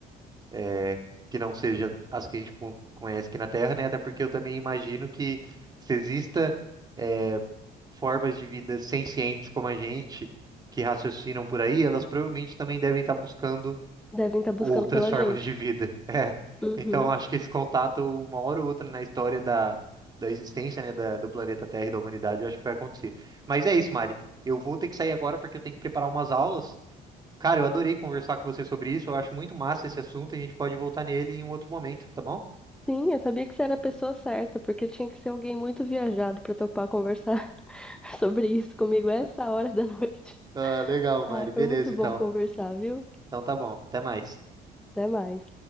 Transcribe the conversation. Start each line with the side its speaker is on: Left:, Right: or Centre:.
Right: é, que não seja as que a gente co- conhece aqui na Terra, né? Até porque eu também imagino que se exista é, formas de vida sencientes como a gente, que raciocinam por aí, elas provavelmente também devem estar buscando
Centre: devem estar buscando
Right: outras
Centre: pela
Right: formas
Centre: gente.
Right: de vida. <laughs> É.
Centre: Uhum.
Right: Então, acho que esse contato, uma hora ou outra na história da, da existência, né, da- do planeta Terra e da humanidade, eu acho que vai acontecer. Mas é isso, Mari. Eu vou ter que sair agora porque eu tenho que preparar umas aulas. Cara, eu adorei conversar com você sobre isso. Eu acho muito massa esse assunto. A gente pode voltar nele em um outro momento, tá bom?
Centre: Sim, eu sabia que você era a pessoa certa, porque tinha que ser alguém muito viajado pra topar conversar <laughs> sobre isso comigo essa hora da noite.
Right: Ah, legal,
Centre: ah
Right: Mari. Beleza,
Centre: foi muito bom
Right: então.
Centre: conversar, viu?
Right: Então tá bom. Até mais.
Centre: Até mais.